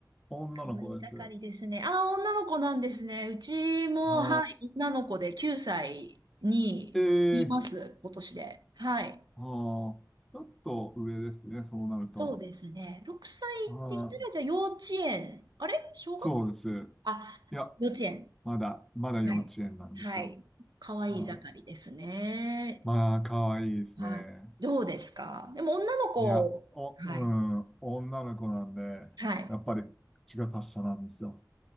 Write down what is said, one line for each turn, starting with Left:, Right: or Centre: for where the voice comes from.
Centre: 女の子です。
Right: 可愛い盛りですね。あ、女の子なんですね。うちも、
Centre: は
Right: はい、女の子で9歳にいます、
Centre: い。ええ、
Right: 今年で。はい。
Centre: ああ、ちょっと上ですね、そうなると。
Right: そうですね。6歳って言ったら、
Centre: はい。
Right: じゃあ幼稚園。あれ小学校あ、
Centre: そうです。いや、
Right: 幼稚園。
Centre: まだ、まだ幼稚園なんですよ。
Right: はい。はい。可愛い盛りですね。
Centre: はい。まあ、可愛いですね。
Right: はい。どうですかでも女の子、
Centre: いや、お、
Right: はい。
Centre: うん、女の子なんで、
Right: はい。
Centre: やっぱり口が達者なんですよ。